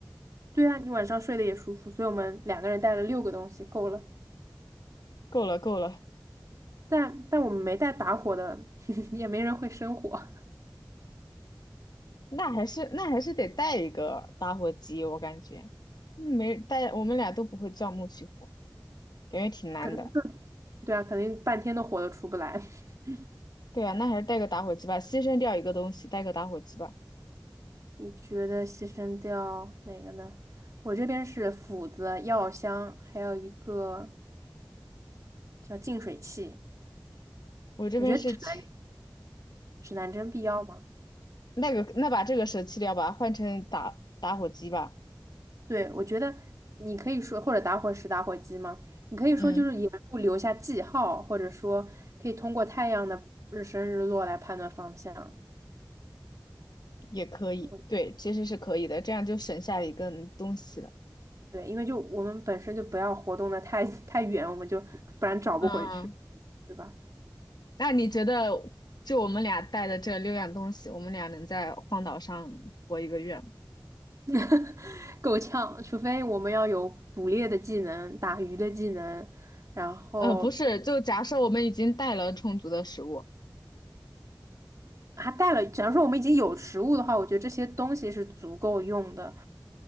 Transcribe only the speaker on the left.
够了够了。
那还是那还是得带一个打火机，我感觉，嗯没带，我们俩都不会钻木取火，感觉挺难的。
对啊，那还是带个打火机吧，牺牲掉一个东西，带个打火机吧。
我这边是切
那个，那把这个舍弃掉吧，换成打打火机吧。
嗯，
也可以，
对，其实是可以的，这样就省下一个东西了。
嗯，
那你觉得，就我们俩带的这六样东西，我们俩能在荒岛上活一个月吗？
呃，不是，就假设我们已经带了充足的食物，